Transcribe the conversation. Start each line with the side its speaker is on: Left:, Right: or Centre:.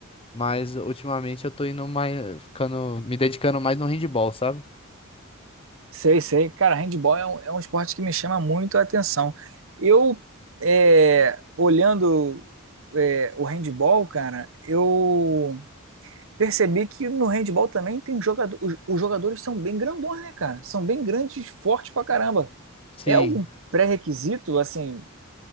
Left: mas ultimamente eu tô indo mais, ficando, me dedicando mais no handball, sabe?
Right: Sei, sei. Cara, handball é um, é um esporte que me chama muito a atenção. Eu, é, olhando, é, o handball, cara, eu percebi que no handball também tem jogador, os, os jogadores são bem grandões, né, cara? São bem grandes, fortes pra caramba.
Left: Sim,
Right: É algum pré-requisito, assim,